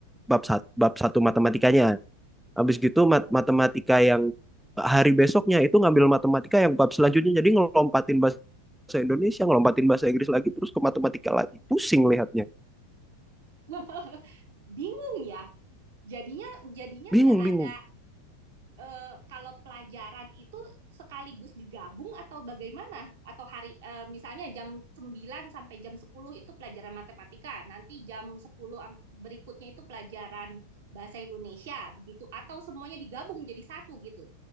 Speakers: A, in the centre; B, on the right.
A: bab satu, bab satu matematikanya Habis gitu
B: Oh.
A: mat- matematika yang hari besoknya itu ngambil matematika yang bab selanjutnya. Jadi ngelompatin bahasa Indonesia, ngelompatin bahasa Inggris lagi, terus ke matematika lagi. Pusing lihatnya.
B: <laughs> Bingung ya. Jadinya jadinya
A: Bingung,
B: nggak
A: bingung.
B: ada eh, kalau pelajaran itu sekaligus digabung atau bagaimana? Atau hari eh, misalnya jam 9 sampai jam 10 itu pelajaran matematika, nanti jam 10 am- berikutnya itu pelajaran bahasa Indonesia begitu atau semuanya digabung jadi satu gitu.